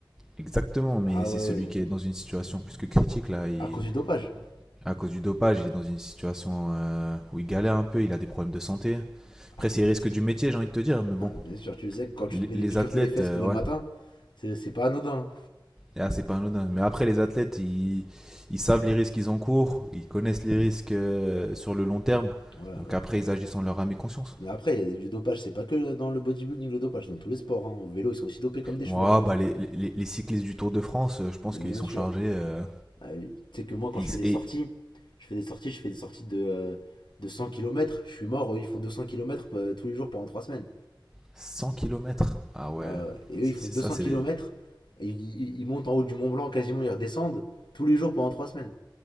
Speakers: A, in the centre; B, on the left.
A: exactement, mais
B: Ah
A: c'est
B: ouais,
A: celui
B: ouais.
A: qui est dans une situation plus que critique là. Il-
B: À cause du dopage.
A: À cause du dopage, il est dans une situation euh, où il galère un peu. Il a des problèmes de santé. Après,
B: <laughs>
A: c'est les risques du métier, j'ai envie de te dire. Mais bon,
B: Bien sûr, tu le sais, quand tu
A: les,
B: te mets
A: les
B: des piqûres
A: athlètes,
B: tous les fesses
A: euh,
B: tous
A: ouais,
B: les matins, c'est, c'est pas anodin.
A: Ah, c'est pas anodin. Mais après, les athlètes, ils, ils savent les risques qu'ils encourent, ils connaissent les risques euh, sur le long terme.
B: hein. Ouais, ouais.
A: Donc après, ils agissent en leur âme et conscience.
B: Mais après, il y a du dopage, c'est pas que dans le bodybuilding le dopage, dans tous les sports. hein. Au vélo, ils sont aussi dopés comme des chevaux.
A: Ouah,
B: hein.
A: bah, les, les- les cyclistes du Tour de France, euh, je pense
B: Mais
A: qu'ils
B: bien
A: sont
B: sûr.
A: chargés. euh,
B: Ah oui. Tu sais que moi, quand
A: ils-
B: je fais des
A: et
B: sorties, je fais des sorties, je fais des sorties de, euh, de 100 kilomètres. Je suis mort, eux, ils font 200 kilomètres euh, tous les jours pendant 3 semaines.
A: cent kilomètres. Ah ouais,
B: Euh, et eux,
A: c'est
B: ils font
A: c'est
B: 200
A: ça. c'est
B: kilomètres.
A: des-
B: ils, ils- ils montent en haut du Mont Blanc quasiment, ils redescendent tous les jours pendant 3 semaines.